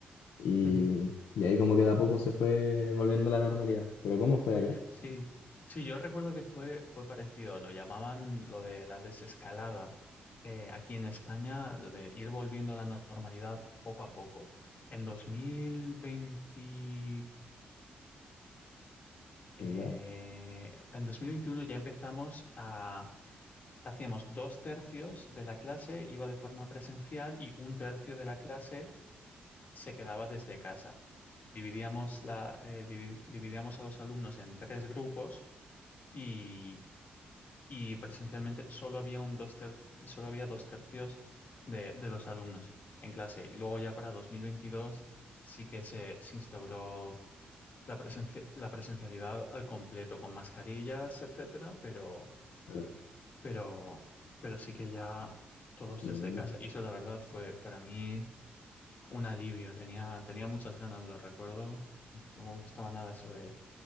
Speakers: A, on the left; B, on the left.
A: Y,
B: ujú.
A: y ahí como que de a poco se fue volviendo a la normalidad. Pero ¿cómo fue allá?
B: Sí, sí, yo recuerdo que fue, fue parecido, lo llamaban lo de la desescalada. Eh, aquí en España, lo de ir volviendo a la no- normalidad poco a poco. En 2021, eh,
A: ¿Ya?
B: en 2021 ya empezamos a, hacíamos dos tercios de la clase, iba de forma presencial y un tercio de la clase se quedaba desde casa. Dividíamos la, eh, divi- dividíamos a los alumnos en tres grupos y y presencialmente solo había un dos ter- solo había dos tercios de, de los alumnos en clase. Y luego ya para 2022 sí que se, se instauró la presencia, la presencialidad al completo, con mascarillas, etcétera, pero,
A: Claro.
B: pero, pero sí que ya todos
A: Mm.
B: desde casa. Y eso la verdad fue para mí un alivio. Tenía, tenía muchas ganas, lo recuerdo. No me gustaba nada eso de,